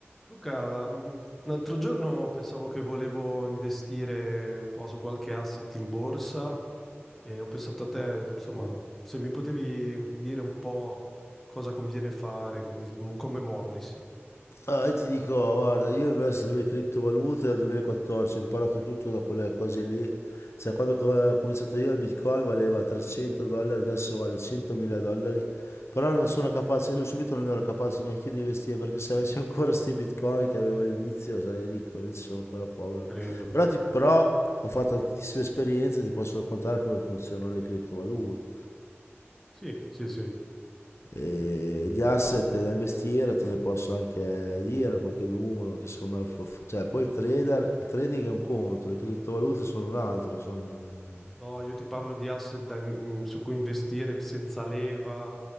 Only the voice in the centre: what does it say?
Luca, mh, l'altro giorno pensavo che volevo investire un po' su qualche asset in borsa e ho pensato a te, insomma, se mi potevi dire un po' cosa conviene fare, come, come muoversi,
credo.
Sì, sì, sì.
No, io ti parlo di asset da- mm, su cui investire senza leva,